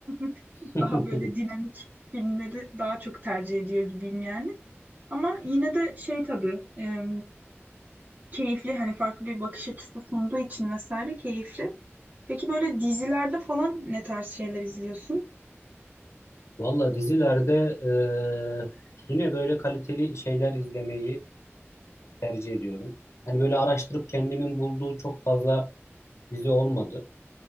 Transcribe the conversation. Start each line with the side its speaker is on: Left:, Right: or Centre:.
Right: <laughs>
Left: <laughs>
Right: daha böyle dinamik filmleri daha çok tercih ediyor gibiyim yani. Ama yine de şey tabii e, keyifli hani farklı bir bakış açısı sunduğu için vesaire keyifli. Peki böyle dizilerde falan ne tarz şeyler izliyorsun?
Left: Valla dizilerde eee, yine böyle kaliteli şeyler izlemeyi tercih ediyorum. Hani böyle araştırıp kendimin bulduğu çok fazla dizi olmadı.